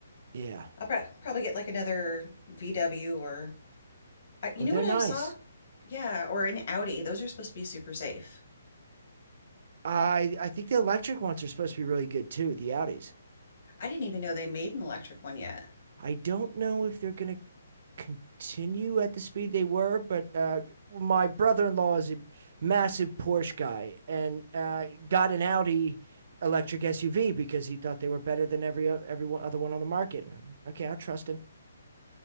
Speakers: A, on the right (about 40°); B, on the left (about 45°).
A: Yeah.
B: I'll pro probably get like another VW or uh, you
A: Oh,
B: know
A: they're
B: what
A: nice.
B: I saw? Yeah, or an Audi. Those are supposed to be super safe.
A: I I think the electric ones are supposed to be really good too, the Audis.
B: I didn't even know they made an electric one yet.
A: I don't know if they're going to continue at the speed they were, but uh my brother-in-law is a massive Porsche guy and uh got an Audi electric SUV because he thought they were better than every every one- other one on the market. Okay, I trust him.